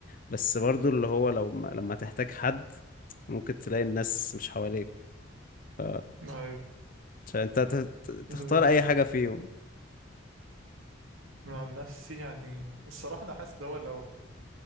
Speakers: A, on the left; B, on the right.
A: بس برضو اللي هو لو ما- لما تحتاج حد ممكن تلاقي الناس مش حواليك ف
B: ايوه
A: عشان انت ت- ت- تختار
B: ده بيفرق
A: اي حاجة فيهم
B: أنا عن نفسي يعني الصراحة أنا حاسس ده هو لو